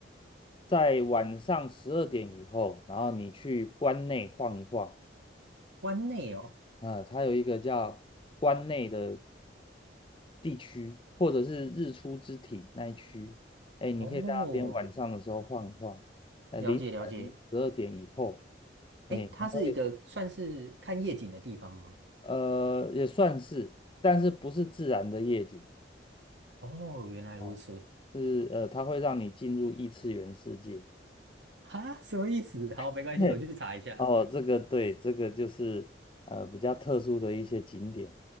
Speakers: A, on the left; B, on the right.
A: 在晚上十二点以后，然后你去关内晃一晃，
B: 湾内哦，
A: 啊、它有一个叫关内的地区，或者是日出之体那一区，哎，你可以在那边晚上的时候晃一晃，
B: 哦，
A: 呃，
B: 了解了解，
A: 凌晨十二点以后，哎，
B: 诶，它是一个算是看夜景的地方吗？
A: 你会呃也算是，但是不是自然的夜景
B: 哦，原来如此，
A: 哦，是呃，它会让你进入异次元世界
B: 哈，什么意思？好，
A: <laughs>。
B: 没关系，
A: 嘿，
B: 我去查一下。
A: 哦，这个对，这个就是呃比较特殊的一些景点，